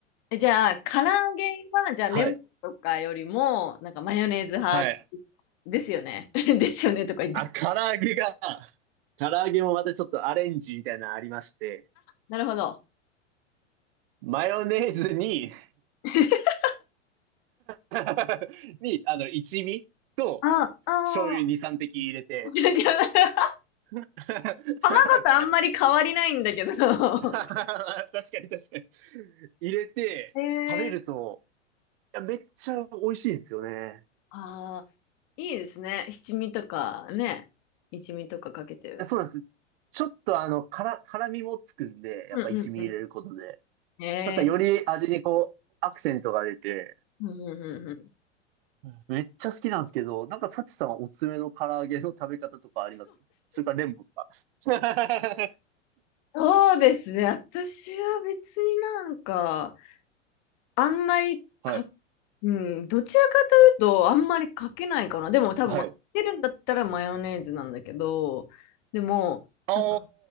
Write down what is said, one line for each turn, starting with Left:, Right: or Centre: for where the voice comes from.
Left: えじゃあ、唐揚げは、じゃあ、
Right: はい。
Left: レモンとかよりも、なんかマヨネーズ派
Right: はい。
Left: ですよね。<laughs> ですよねとか言って。
Right: あ、唐揚げが、唐揚げもまたちょっとアレンジみたいなのありまして、
Left: なるほど。
Right: マヨネーズに
Left: <laughs>
Right: <laughs> に、あの、一味と、
Left: あ、ああ、
Right: 醤油2、3滴入れて。
Left: <laughs> じゃあ
Right: <laughs>
Left: 卵とあんまり変わりないんだけど。
Right: 確
Left: <laughs>
Right: かに確かに。入れて、
Left: へ
Right: 食べると、
Left: ー。
Right: いや、めっちゃ美味しいんですよね。
Left: ああ、いいですね。七味とかね。一味とかかけてる。
Right: いやそうなんです。ちょっとあの、から、辛みもつくんで、やっぱ一味入れることで。
Left: うんうんうん。へえ
Right: なんかより味にこう、アクセントが出て、
Left: ーうんうんうんうん。
Right: うんめっちゃ好きなんですけど、なんかサチさんはおすすめの唐揚げの食べ方とかありますそれからレモンですか <laughs>
Left: そうですね。私は別になんか、あんまりか、
Right: はい。
Left: うん、どちらかというと、あんまりかけないかな。でも多分、
Right: はい。
Left: まかけるんだったらマヨネーズなんだけど、でも、
Right: ああ、
Left: なんか